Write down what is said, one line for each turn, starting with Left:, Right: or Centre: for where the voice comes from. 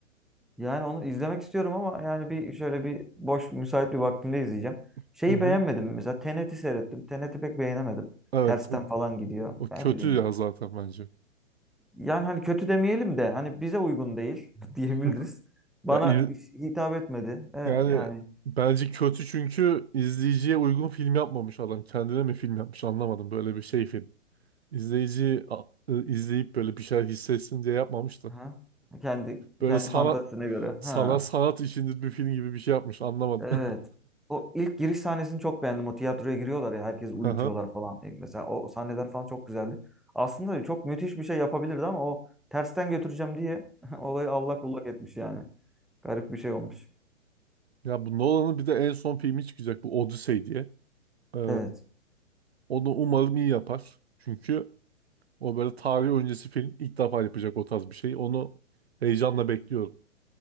Centre: Yani onu izlemek istiyorum ama yani bir şöyle bir boş müsait bir vaktimde izleyeceğim.
Right: <laughs>
Centre: Şeyi
Right: Hı hı.
Centre: beğenmedim mesela Tenet'i seyrettim. Tenet'i pek beğenemedim.
Right: Evet,
Centre: Tersten
Right: o,
Centre: falan gidiyor.
Right: o
Centre: Ne
Right: kötü
Centre: bileyim.
Right: ya zaten bence.
Centre: Yani hani kötü demeyelim de hani bize uygun değil <laughs> diyebiliriz.
Right: <laughs>
Centre: Bana
Right: Ya, il-
Centre: hitap etmedi. E,
Right: yani
Centre: yani
Right: bence kötü çünkü izleyiciye uygun film yapmamış adam. Kendine mi film yapmış anlamadım. Böyle bir şey film. İzleyici a- e, izleyip böyle bir şeyler hissetsin diye yapmamış da.
Centre: ha, kendi
Right: Böyle
Centre: kendi
Right: sanat
Centre: fantazisine göre.
Right: sana
Centre: Ha.
Right: sanat içindir bir film gibi bir şey yapmış anlamadım.
Centre: Evet. O ilk giriş sahnesini çok beğendim. O tiyatroya giriyorlar ya herkes uyutuyorlar
Right: <laughs> Aha.
Centre: falan. E, Mesela o sahneler falan çok güzeldi. Aslında çok müthiş bir şey yapabilirdi ama o tersten götüreceğim diye <laughs> olayı allak bullak etmiş yani. Garip bir şey olmuş.
Right: Ya bu Nolan'ın bir de en son filmi çıkacak bu Odyssey diye. Ee,
Centre: Evet.
Right: onu umarım iyi yapar. Çünkü o böyle tarih öncesi film ilk defa yapacak o tarz bir şey. Onu heyecanla bekliyorum.